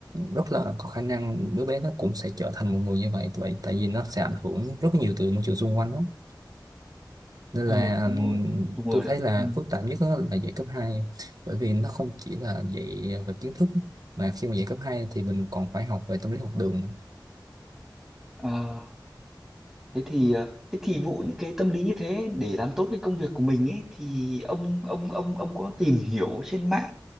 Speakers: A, on the right; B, in the centre.
A: rất là có khả năng đứa bé nó cũng sẽ trở thành một người như vậy vậy tại vì nó sẽ ảnh hưởng rất nhiều từ môi trường xung quanh lắm nên
B: ừ
A: là
B: đúng
A: ừm,
B: rồi đúng rồi
A: tôi
B: đấy.
A: thấy là
B: ừ.
A: phức tạp nhất đó là dạy cấp hai bởi vì nó không chỉ là dạy về kiến thức mà khi mà dạy cấp 2 thì mình còn phải học về tâm lý học đường nữa
B: À, thế thì ờ, thế thì vụ những cái tâm lý như thế để làm tốt cái công việc của mình ấy thì ông ông ông ông có tìm hiểu trên mạng